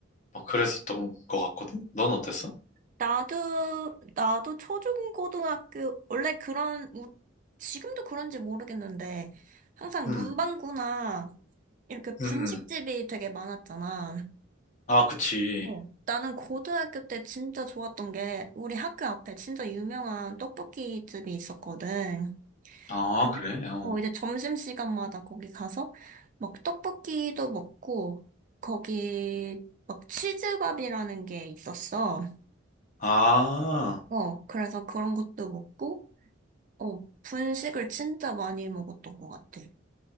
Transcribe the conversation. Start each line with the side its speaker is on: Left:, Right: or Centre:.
Left: 막 그랬었던 것 같거든? 넌 어땠어?
Right: 나도, 나도 초중고등학교, 원래 그런, 우- 지금도 그런지 모르겠는데, 항상
Left: 응
Right: 문방구나, 이렇게 분식집이
Left: 응응
Right: 되게 많았잖아.
Left: 아, 그치.
Right: 어, 나는 고등학교 때 진짜 좋았던 게, 우리 학교 앞에 진짜 유명한 떡볶이 집이 있었거든.
Left: 아,
Right: 근데?
Left: 그래? 어.
Right: 어, 이제 점심시간마다 거기 가서, 막 떡볶이도 먹고, 거기, 막 치즈밥이라는 게 있었어.
Left: 아,
Right: 어, 그래서 그런 것도 먹고, 어, 분식을 진짜 많이 먹었던 것 같아.